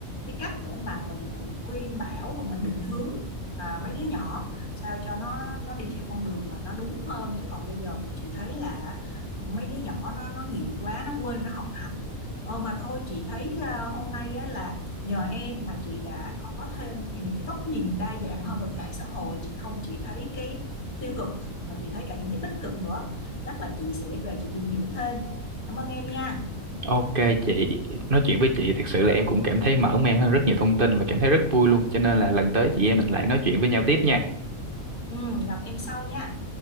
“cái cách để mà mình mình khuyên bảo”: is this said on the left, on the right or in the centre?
Left